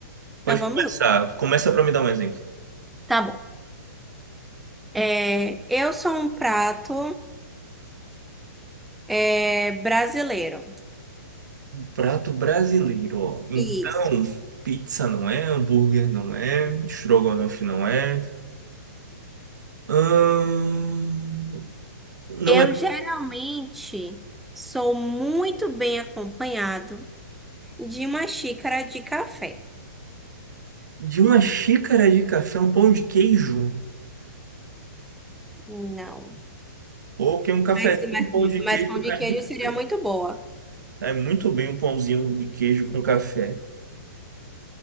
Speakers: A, in the centre; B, on the right.
A: Então
B: Pode
A: vamos
B: começar.
A: lá.
B: Começa para me dar um exemplo.
A: Tá bom. É, eu sou um prato é, brasileiro.
B: Prato brasileiro, ó. Então,
A: Isso.
B: pizza não é, hambúrguer não é, estrogonofe não é. Ahn, Não
A: Eu
B: é
A: geralmente sou muito bem acompanhado. De uma xícara de café.
B: de uma xícara de café, um pão de queijo.
A: Não.
B: Ou que um cafezinho
A: Mas,
B: com
A: mas,
B: pão de queijo
A: mas pão de
B: cai
A: queijo
B: muito
A: seria
B: bem.
A: muito boa.
B: Cai muito bem um pãozinho de queijo com café.